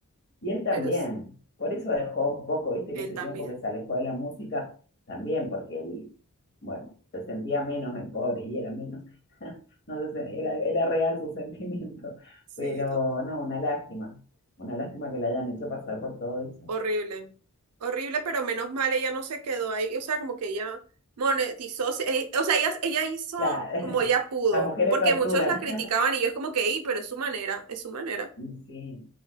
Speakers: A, on the left; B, on the right.
A: Y él también,
B: pero s-
A: por eso dejó un poco, viste,
B: él
A: que ese
B: también.
A: tiempo que se alejó de la música, también porque él, bueno, se sentía menos el pobre y era menos, <laughs> no sé, se- era, era real su sentimiento,
B: Sí,
A: pero
B: total.
A: no, una lástima, una lástima que le hayan hecho pasar por todo eso.
B: Horrible. Horrible, pero menos mal ella no se quedó ahí. O sea, como que ella monetizó. se- eh, O sea, ella, ella hizo
A: Claro,
B: como ella
A: <laughs>
B: pudo.
A: las mujeres
B: Porque
A: facturan.
B: muchos la criticaban y yo es como que, "Ey, pero es su manera, es su manera.
A: Mm, Sí,